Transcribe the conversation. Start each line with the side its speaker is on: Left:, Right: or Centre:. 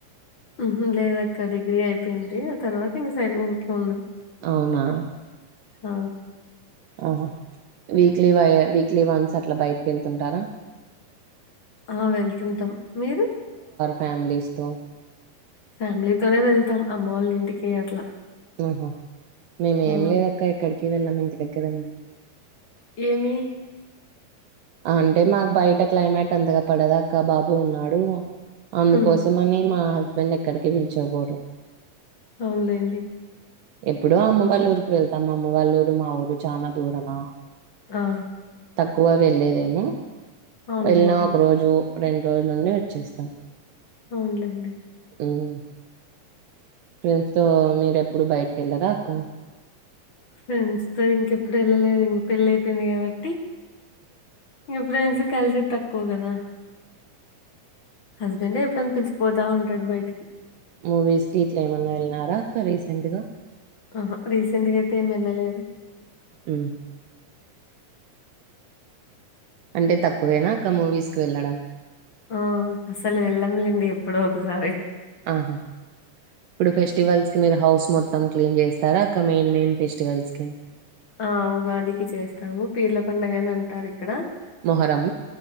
Left: ఉహుం లేదక్క డిగ్రీ అయిపోయింది ఆ తర్వాత ఇంక సై ఊరికి ఉన్నాం
Right: ఔనా
Left: అ
Right: ఆహా వీక్లీ వై వీక్లీ వన్స్ అట్లా బయటికెళ్తుంటారా
Left: ఆ వెళ్తుంటం మీరు
Right: ఫ్యామ్లీస్తో
Left: ఫ్యామిలీతోనే వెళ్తాం అమ్మోళ్ళింటికీ అట్లా
Right: ఉహు మేమేం
Left: ఆ!
Right: లేదక్క ఎక్కడికి వెళ్ళం ఇంటి దగ్గరనే
Left: యమ్మీ
Right: అంటే మాకు బయట క్లైమైట్ అంతగా పడదక్కా బాబు ఉన్నాడు అందుకోసమని
Left: హ్మ్.
Right: మా హస్బెండ్ ఎక్కడికి పిల్చకపోరూ
Left: అవున్లేండీ
Right: ఎప్పుడో అమ్మ వాళ్ళూరికి వెళ్తాం అమ్మ వాళ్ళూరు మా ఊరూ చనా దూరమా
Left: ఆ!
Right: తక్కువ వెళ్లేదేమో
Left: అవునులేండి.
Right: వెల్నా ఒక రోజు రెండు రోజులుండి వచ్చేస్తాం
Left: అవున్లేండి
Right: ఉమ్ ఫ్రెండ్స్ తో మీరెప్పుడు బైటిక్కెళ్ళర అక్కా
Left: ఫ్రెండ్స్ తో ఇంకెప్పుడు వెళ్ళలేద్ పెళ్ళైపోంది కాబట్టి ఇగ ఫ్రెండ్స్ కల్సే తక్కువ గదా హస్బెండే ఎప్పుడన పిల్స్క్ పోతాంటడు బైటికి
Right: మూవీస్ కి ఇట్లా ఏమన్నెల్నారా అక్క రీసెంట్ గా
Left: ఆహా రీసెంట్ గా అయితే ఏం వెళ్ళలేదూ
Right: ఉమ్ అంటే తక్కువేనా అక్క మూవీస్ కి వెళ్ళడం
Left: ఆ అస్సలు వెళ్ళంలేండి ఎప్పుడో ఒకసారి
Right: ఆహా ఇప్పుడు ఫెస్టివల్స్ మీరు హౌస్ మొత్తం క్లీన్ చేస్తారా అక్క మేయిన్ మేయిన్ ఫెస్టివల్స్ కి
Left: ఆ ఉగాదికి చేస్తాము పీర్ల పండగని అంటారు ఇక్కడ
Right: మొహరం